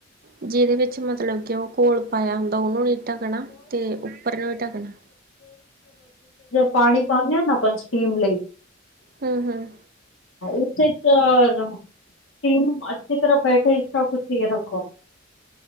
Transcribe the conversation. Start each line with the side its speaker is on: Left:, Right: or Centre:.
Right: ਜਿਹਦੇ ਵਿੱਚ, ਮਤਲਬ ਕਿ ਉਹ ਘੋਲ ਪਾਇਆ ਹੁੰਦਾ। ਉਹਨੂੰ ਨੀ ਢਕਣਾ, ਤੇ ਉੱਪਰ ਨੂੰ ਹੀ ਢਕਣਾ।
Left: ਪਾਣੀ ਪਾਿਆ ਨਾ ਆਪ ਸਟੀਮ ਲਈ <unintelligible>
Right: ਹੂੰ- ਹੂੰ।
Left: ਇਸੇ ਸਟੀਮ ਨੂੰ, ਅੱਛੀ ਤਰਾਂ, ਬੈਠੇ ਇਸਾ ਕੁਛ ਰੱਖੋ।